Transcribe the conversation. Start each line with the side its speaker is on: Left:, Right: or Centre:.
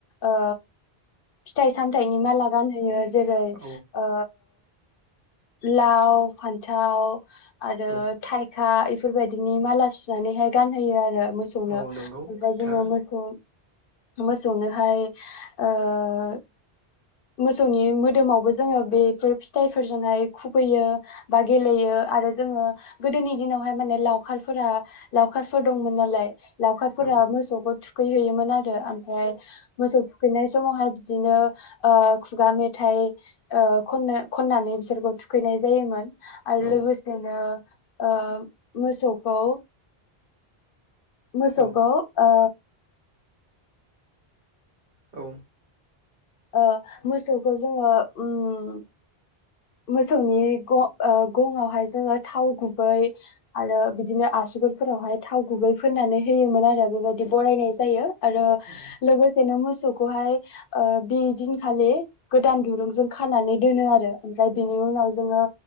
Left: ओ फिथाइ सामथायाइनि माला गानहोयो जेरै
Right: औ
Left: ओ लाव फान्थाव आरो
Right: औ
Left: था हा इफोरबायदिनि माला सुनानैहाय गानहोयो आरो मोसौनो
Right: औ
Left: ओमफ्राय
Right: नंगौ थार
Left: जोङो मोसौ मोसौनोहाय ओ बा मोसौनि मोदोमावबो जोङो बेफोर फिथाइफोरजोंहाय खुबैयो बा गेलेयो आरो जोङो गोदोनि दिनावहाय माने लावखारफोरा लावखारफोर दंमोन नालाय। लावखारफोरा
Right: औ
Left: मोसौखौ थु थुखैहैयोमोन आरो। आमफ्राय मोसौ थुखैनाय समावहाय बिदिनो ओ खुगा मेथाइ ओ खननो खननानै बिसोरखौ थुखैनाय जायोमोन। आरो
Right: औ
Left: लोगोसेनो ओ मोसौखौ मोसौखौ
Right: औ
Left: ओ
Right: औ
Left: ओ मोसौखौ जोङो ओम मोसौनि गं गंआवहाय जोङो थाव गुबै आरो बिदिनो आसुगुरफोरावहाय थाव गुबै फोननानै होयोमोन आरो बेबायदि बरायनाय जायो आरो
Right: औ
Left: लोगोसेनो मोसौखौहाय ओ बि दिनखालि गोदान दुरुंजों खानानै दोनो आरो ओमफ्राय बिनि उनाव जोङो